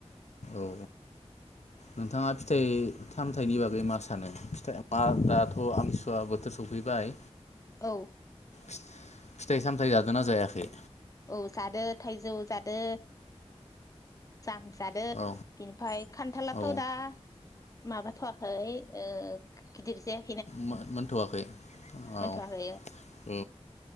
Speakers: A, on the left (about 75°); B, on the left (about 30°).
A: औ नोंथाङा फिथाइ-सामथाइनि बागै मा सानो फिथा मा दाथ आम सुवा बोथोर सौफैबाय
B: औ
A: फिथाइ-सामथाय जादोन ना जाया खै
B: औ जादो थाइजौ जादो जाम जादो
A: औ
B: ओमफाय खान्थालाथ
A: औ
B: दा माबाथवाखै ओ गिदिर जाया
A: मो मोनथवाखै
B: मोनथ'वाखै
A: औ औ